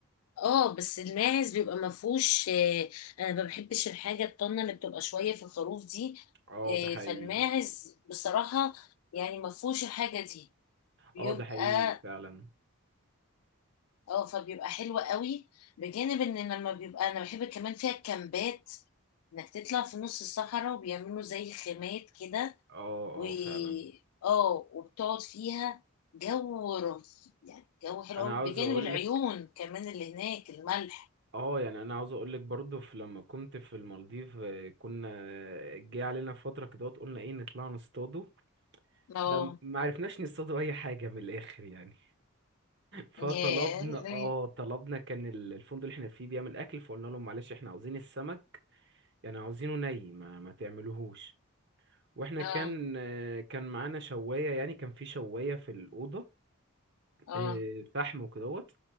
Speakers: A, on the left; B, on the right.
A: اه بس الماعز بيبقى ما فيهوش آه، انا ما بحبش الحاجه الطنه اللي بتبقى شويه في الخروف دي
B: اه
A: آه،
B: ده حقيقي
A: فالماعز بصراحه يعني ما فيهوش الحاجه دي بيبقى
B: اه ده حقيقي فعلا
A: اه فبيبقى حلو قوي بجانب ان لما بيبقى انا بحب كمان فيها الكامبات انك تطلع في نص الصحراء وبيعملوا زي خيمات كده
B: اه
A: و
B: اه فعلا
A: اه وبتقعد فيها جو رهيب يعني جو حلو
B: انا
A: قوي
B: عاوز
A: بجانب
B: اقولك
A: العيون كمان اللي هناك الملح
B: اه يعني انا عاوز اقولك برضو في لما كنت في المالديف آه، كنا جه علينا فتره كده قلنا ايه نطلع نصطادوا فما
A: اه
B: عرفناش نصطادوا اي حاجه من الاخر يعني فطلبنا
A: ياه ليه؟
B: اه طلبنا كان ال- الفندق اللي احنا فيه بيعمل اكل فقلنا لهم معلش احنا عاوزين السمك يعني عاوزينه ني ما, ما تعملوهوش واحنا
A: اه
B: كان آه، كان معانا شوايه يعني كان في شوايه في الاوضه
A: اه
B: آه، فحم وكدهوت